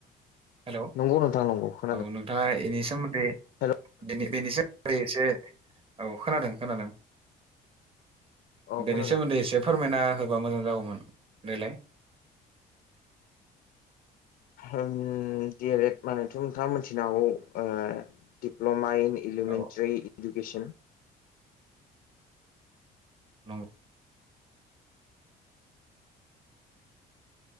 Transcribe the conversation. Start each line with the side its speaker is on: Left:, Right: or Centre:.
Right: हेल' औ
Left: नंगौ नोंथां नंगौ खोनादों
Right: नोंथाङा बेनि सोमोन्दै
Left: हेलौ
Right: बेनि बेनि सोमोन्दै एसे औ खोनादों खोनादों
Left: औ
Right: बेनि
Left: खोनादों
Right: सोमोन्दै एसे फोरमायना होबा मोजां जागौमोन देलाय
Left: ओम दि एल एड मानेथ' नोंथाङा मिथिनो हागौ दिप्ल'मा इन एलिमेन्टारि
Right: औ
Left: इडुकेसन
Right: नंगौ